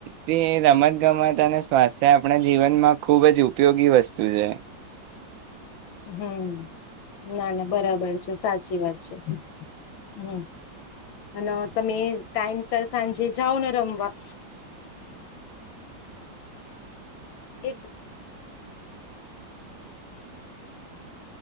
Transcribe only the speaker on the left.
હમ ના ના બરાબર છે સાચી વાત છે હમ અને તમે ટાઈમ સર સાંજે જાઓ ને રમવા એક